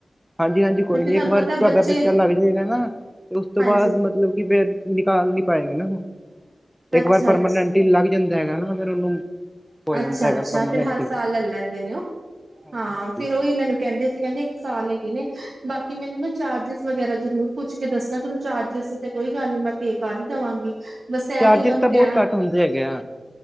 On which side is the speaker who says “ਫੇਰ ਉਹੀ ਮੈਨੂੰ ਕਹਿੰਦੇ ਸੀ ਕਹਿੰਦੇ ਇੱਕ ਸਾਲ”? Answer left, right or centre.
Right